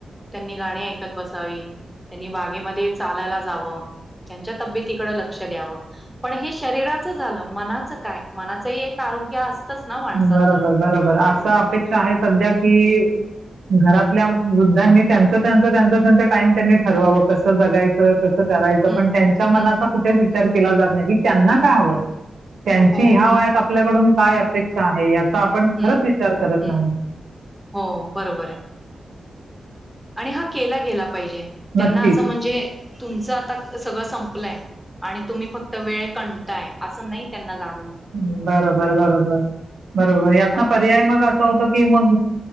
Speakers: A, in the centre; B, on the right.
A: त्यांनी गाणी ऐकत बसावी. त्यांनी बागेमध्ये चालायला जावं. त्यांच्या तब्येतीकडे लक्ष द्यावं. पण हे शरीराचं झालं मनाच काय? मनाचही एक आरोग्य असतच ना माणसाचं.
B: बरोबर बरोबर असं अपेक्षा आहे सध्या कि- घरातल्या वृद्धांनी त्यांच त्यांच त्यांच त्यांचा टाइम त्यांनी ठरवावं कसं जगायचं? - कसं करायचं?
A: हम्म
B: पण त्यांच्या मनाचा
A: हम्म
B: कुठेच विचार केला जात नाही की त्यांना काय हवंय? त्यांची
A: हो
B: ह्या वयात आपल्याकडून काय अपेक्षा आहे? - आपण
A: हम्म
B: खरच विचार करत
A: हम्म
B: नाही.
A: हो बरोबर आहे. आणि हा केला गेला पाहिजे. त्यांना
B: नक्कीच
A: असं म्हणजे- तुमचं आता सगळं संपलंय आणि तुम्ही फक्त वेळ कंताय असं नाही त्यांना जाण
B: बरोबर बरोबर. बरोबर यातन
A: अ
B: पर्याय मग असं होतं की मग